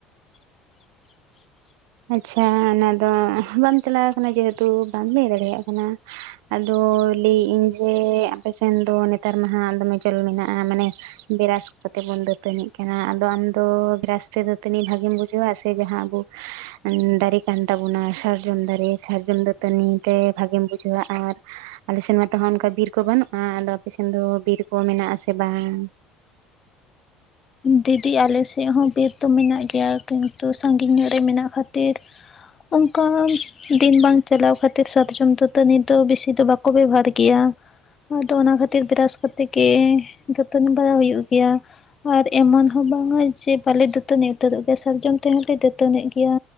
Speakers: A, on the left (about 30°); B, on the right (about 80°).
A: <inaudible>
B: ᱟᱪᱪᱷᱟ ᱚᱱᱟ ᱫᱚ ᱵᱟᱢ ᱪᱟᱞᱟᱣ ᱠᱟᱱᱟ ᱡᱮᱦᱮᱛᱩ ᱵᱟᱢ ᱞᱟᱹᱭ ᱫᱟᱲᱮ ᱭᱟᱜ ᱠᱟᱱᱟ᱾ ᱟᱫᱚ ᱞᱟᱹᱭᱮᱫ ᱟᱹᱧ ᱡᱮ ᱟᱯᱮ ᱥᱮᱱ ᱫᱚ ᱱᱮᱛᱟᱨ ᱢᱟᱦᱟᱸ ᱫᱚᱢᱮ ᱪᱚᱞ ᱢᱮᱱᱟᱜᱼᱟ ᱢᱟᱱᱮᱼᱼ ᱵᱮᱨᱟᱥ ᱠᱚᱛᱮ ᱵᱚᱱ ᱫᱟᱹᱛᱟᱹᱱᱤᱜ ᱠᱟᱱᱟ ᱟᱫᱚ ᱟᱢᱫᱚ ᱵᱮᱨᱟᱥ ᱛᱮ ᱫᱟᱹᱛᱟᱹᱱᱤ ᱵᱷᱟᱜᱤᱢ ᱵᱩᱡ? ᱵᱩᱡᱷᱟᱣᱟ ᱥᱮ ᱡᱟᱦᱟᱸ ᱟᱵᱚᱼᱼ ᱫᱟᱨᱮ ᱠᱟᱱ ᱛᱟᱵᱚ ᱱᱟ ᱥᱟᱨᱡᱚᱢ ᱫᱟᱨᱮ ᱥᱟᱨᱡᱚᱢ ᱫᱟᱛᱟᱹᱱᱤᱛᱮ ᱵᱷᱟᱜᱮᱢ ᱵᱩᱡᱷᱟᱹᱣᱟ ᱟᱨ, ᱟᱞᱮ ᱥᱮᱱ ᱢᱟᱛᱚ ᱦᱟᱸᱜ ᱚᱱᱠᱟ ᱵᱤᱨ ᱠᱚ ᱵᱟᱹᱱᱩᱜᱼᱟ ᱟᱫᱚ ᱟᱯᱮ ᱥᱮᱱ ᱫᱚ ᱵᱤᱨ ᱠᱚ ᱢᱮᱱᱟᱜ ᱟᱥᱮ ᱵᱟᱝ?
A: ᱫᱤᱫᱤ ᱟᱞᱮ ᱥᱮᱫ ᱦᱚᱸ ᱵᱤᱨ ᱫᱚ ᱢᱮᱱᱟᱜ ᱜᱮᱭᱟ ᱠᱤᱱᱛᱩ ᱥᱟᱺᱜᱤᱧ ᱧᱚᱜ ᱨᱮ ᱢᱮᱱᱟᱜ ᱠᱷᱟᱛᱼᱼ ᱛᱤᱨ ᱚᱱᱠᱟ ᱫᱤᱱ ᱵᱟᱝᱼᱼ ᱪᱟᱞᱟᱣ ᱠᱷᱟᱛᱤ ᱥᱟᱛᱡᱚᱢ ᱫᱟᱛᱟᱹᱱᱤ ᱫᱚ ᱵᱮᱥᱤ ᱫᱚ ᱵᱟᱠᱚ ᱵᱮᱵᱚᱦᱷᱟᱨ ᱜᱮᱭᱟ᱾ ᱟᱫᱚ ᱚᱱᱟ ᱠᱷᱟᱹᱛᱤᱨ ᱵᱨᱟᱥ ᱠᱚᱛᱮ ᱜᱮ ᱫᱟᱛᱟᱹᱱᱤ ᱵᱟᱲᱟᱜ ᱦᱩᱭᱩᱜ ᱜᱮᱭᱟ᱾ ᱟᱨ ᱮᱢᱚᱱ ᱦᱚᱸ ᱵᱟᱝᱟ ᱡᱮ ᱵᱟᱞᱮ ᱫᱟᱹᱛᱟᱹᱱᱤ ᱩᱛᱟᱹᱨᱚᱜ ᱜᱮᱭᱟ ᱥᱟᱨᱡᱚᱢ ᱛᱮᱦᱚᱸᱞᱮ ᱫᱟᱹᱛᱟᱹᱱᱤᱜ ᱜᱮᱭᱟ᱾